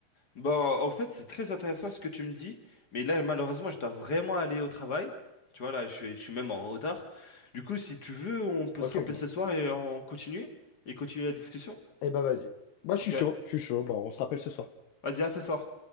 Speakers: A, on the left; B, on the left.
A: Ben, en fait, c'est très intéressant ce que tu me dis, mais là, malheureusement, je dois vraiment aller au travail. Tu vois, là, je suis, je suis même en retard. Du coup, si tu veux, on peut
B: Ok,
A: se rappeler
B: ok.
A: ce soir et en continuer, et continuer la discussion.
B: Eh bah, vas-y. Bah, je
A: Ok,
B: suis chaud, je suis chaud. Bah, on se rappelle ce soir.
A: vas-y, à ce soir.